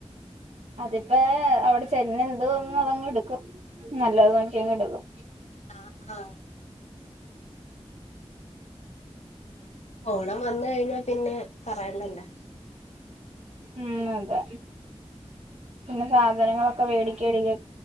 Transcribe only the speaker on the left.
ആഹ് ആഹ് ഓണം വന്ന് കഴിഞ്ഞാ പിന്നെ പറയണ്ടല്ലാ